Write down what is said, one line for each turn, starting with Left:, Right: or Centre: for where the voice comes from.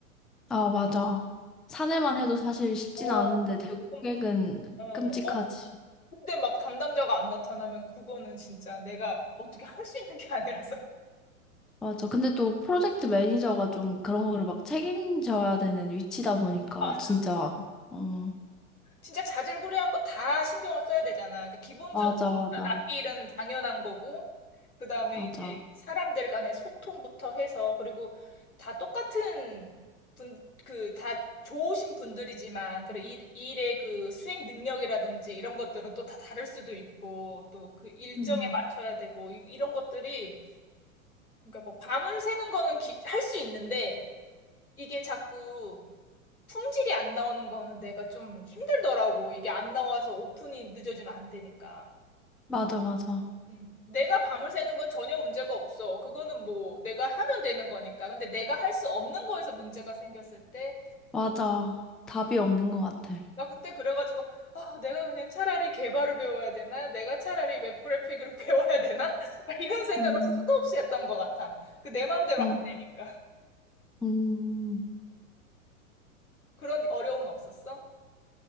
Centre: 아, 맞아. 사내만 해도 사실 쉽진
Left: 어,
Centre: 않은데, 대고객은
Left: 좀, 어,
Centre: 끔찍하지.
Left: 근데 막 담당자가 안 나타나면 그거는 진짜 내가 어떻게 할 수 있는 게 아니라서. <laughs>
Centre: 맞아. 근데 또 프로젝트 매니저가 좀 그런 거를 막 책임져야 되는 위치다 보니까,
Left: 맞아.
Centre: 진짜. 어,
Left: 진짜 자질구레한 거 다 신경을 써야 되잖아. 그러니까 기본적으로
Centre: 맞아, 맞아.
Left: 나- 납기일은 당연한 거고, 그 다음에
Centre: 맞아.
Left: 이제 사람들 간의 소통부터 해서, 그리고 다 똑같은 분, 그, 다 좋으신 분들이지만, 그리고 일, 일의 그 수행 능력이라든지 이런 것들은 또 다 다를 수도 있고, 또 그 일정에
Centre: 음.
Left: 맞춰야 되고, 이, 이런 것들이, 그러니까 뭐 밤을 새는 거는 할 수 있는데, 이게 자꾸 품질이 안 나오는 거는 내가 좀 힘들더라고. 이게 안 나와서 오픈이 늦어지면 안 되니까.
Centre: 맞아, 맞아.
Left: 음. 내가 밤을 새는 건 전혀 문제가 없어. 그거는 뭐 내가 하면 되는 거니까. 근데 내가 할 수 없는 거에서 문제가 생겼을 때,
Centre: 맞아. 답이 없는 것 같아.
Left: 나 그때 그래가지고, 아, 내가 그냥 차라리 개발을 배워야 되나? 내가 차라리 웹 그래픽을 <laughs> 배워야 되나? <laughs> 막 이런 생각을
Centre: 음,
Left: 수도 없이 했던 것 같아. 그 내 마음대로
Centre: 음,
Left: 안 되니까.
Centre: 음.
Left: 그런 어려움은 없었어?